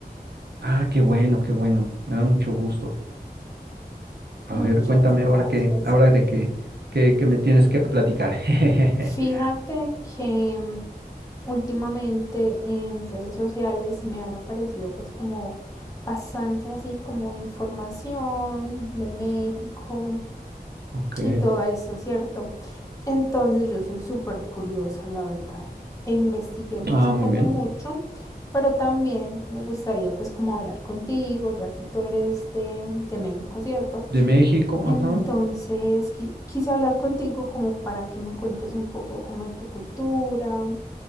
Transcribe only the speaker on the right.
Ah, qué bueno, qué bueno. Me da mucho gusto. A
ver, cuéntame
ahora qué, ahora de qué, qué, qué me tienes que platicar. <laughs>
Ok.
Ah,
muy bien.
De México, ajá.